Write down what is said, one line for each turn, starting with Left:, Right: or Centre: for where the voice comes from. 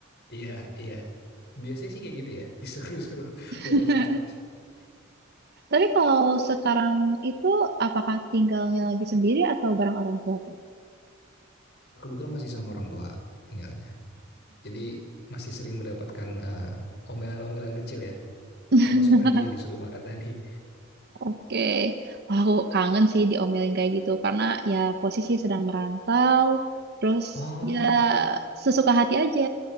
Left: iya iya biasanya sih kayak gitu ya <laughs> disuruh-suruh
Right: <laughs>
Left: buat makan
Right: Tapi kalau sekarang itu apakah tinggalnya lagi sendiri atau bareng orang tua tuh?
Left: kebetulan masih sama orang tua tinggalnya Jadi masih sering mendapatkan eh, omelan-omelan kecil ya.
Right: <laughs>
Left: Termasuk tadi yang disuruh makan tadi.
Right: Oke, Wah, aku kangen sih diomelin kayak gitu karena ya posisi sedang merantau, terus
Left: Oh,
Right: ya sesuka hati aja